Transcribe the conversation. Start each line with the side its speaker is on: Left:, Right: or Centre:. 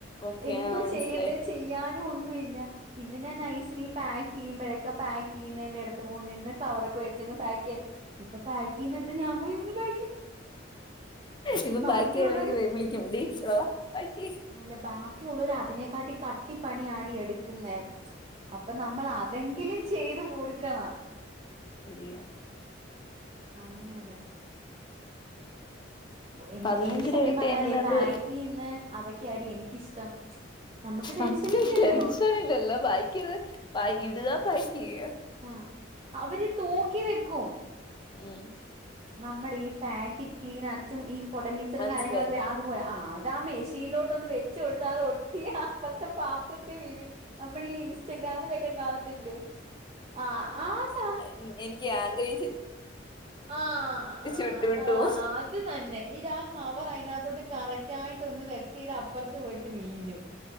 Left: ഓക്കെ
Right: എന്തോ
Left: ആഹ് മനസ്സിലായി
Right: ചെയ്യണ്ടേ ചെയ്യാനും ഒന്നുല്ല. പിന്നെ ഞാൻ നഴ്സിന് പാക്ക് യ്യുമ്പോഴേക്കെ പാക്ക് ചെയ്യുന്നേൻ്റെ എട്ത്ത് പോ നിന്ന് കവറൊക്കെ വേട്ച്ചങ്ങ് പാക്ക് യ്യൻ. ഇപ്പൊ പാക്ക് യ്യിന്നട്ത്ത് ഞാ പോയി നിന്ന് പാ
Left: ഇപ്പൊ
Right: ബാക്കിയുള്ളവര്
Left: ബാക്കി അല്ലെങ്കി വ് വിളിക്കും ടി ഇവടെ വാ ബാക്കി
Right: അല്ലെ ബാക്കിയുള്ളോര് അതിനെക്കാട്ടി കട്ടി പണിയാടി എട്ക്ക്ന്നേ. അപ്പ നമ്മൾ അതെങ്കിലും ചെയ്തു കൊടുക്കണ
Left: ശരിയാ
Right: അങ്ങനെ എനിക്ക്
Left: പതിനഞ്ച്
Right: എനിക്ക്
Left: രൂപ
Right: സത്യം
Left: കിട്ടിയ
Right: പറഞ്ഞാലേ
Left: എങ്ങനെ അത്
Right: പാക്കയ്യ്ന്നേ അതെക്കെയാടി എനിക്കിഷ്ടം. നമുക്ക് ടെൻഷൻ
Left: ആഹ് <unintelligible>
Right: ഇല്ലല്ലോ
Left: ടെൻഷൻ ഇല്ലല്ലോ വായിക്കത് പ ഇടുക പാക്കയ്യുക.
Right: ആഹ് അവര് തോക്കി വെക്കും.
Left: <unintelligible>
Right: നമ്മടെ ഈ പാക്കറ്റ് ല് നട്സും ഈ പൊടമിച്ചറും
Left: മനസ്സിലായി
Right: കാര്യങ്ങളൊക്കെ അ അതുപോലെ ആഹ് അതാ മേഷിലോട്ടൊന്ന് വെച്ച് കൊടുത്താതെ ഒട്ടിയ അപ്പർത്തെ പാത്രത്തെ വീഴ് നമ്മളില്ലേ ഇൻസ്റ്റഗ്രാമിലൊക്കെ കാണത്തില്ലേ ആഹ് ആഹ് സാ
Left: ഉം എനിക്ക് ആഗ്രഹി
Right: ആഹ് ആഹ്
Left: വിട്ടു വിട്ടു
Right: ആഹ്
Left: പോവും
Right: അത് തന്നെ ഇ രാ കവർ അയിനകത്തോട്ട് കറകറ്റായിട്ട ഒന്ന് വെക്ക്‌ ഇത് അപ്പുറത്ത് പോയിട്ട് വീഴും